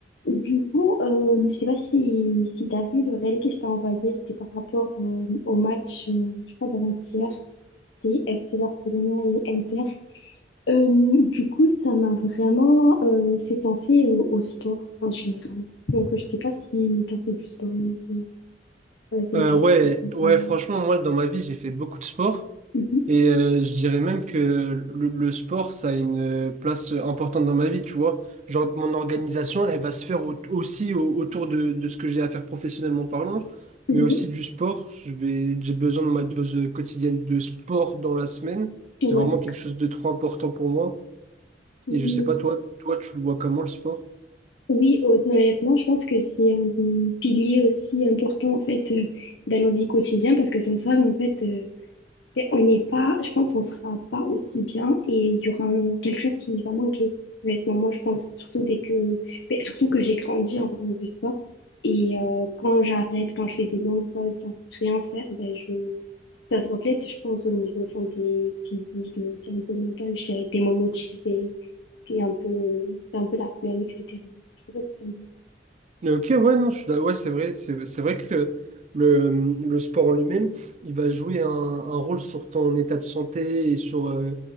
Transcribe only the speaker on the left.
Du coup, euh, je sais pas si, si tu as vu le réel que je t'ai envoyé, c'était par rapport euh, au match, euh, je crois, d'avant-hier, des FC Barcelona et Inter. Euh, du coup, ça m'a vraiment euh, fait penser euh, au sport en général. Donc, euh, je sais pas si tu as fait du sport. euh, voilà, c'est
le question
préférée.
Mhm,
mhm,
ouais,
oui.
Oui, honnêtement, je pense que c'est un pilier aussi important en fait euh, dans nos vies quotidiennes parce que sans ça, en fait, euh, Mais on n'est pas, je pense qu'on sera pas aussi bien et il y aura un- quelque chose qui va manquer. Honnêtement, moi, je pense surtout dès que, mais surtout que j'ai grandi en faisant du sport et euh, quand j'arrête, quand je fais des longues pauses sans rien faire, ben je, ça se reflète, je pense, au niveau santé physique, mais aussi un peu mental. Je dirais, t'es moins motivé, puis un peu, t'as un peu la flemme, etc. Je sais pas ce que t'en penses.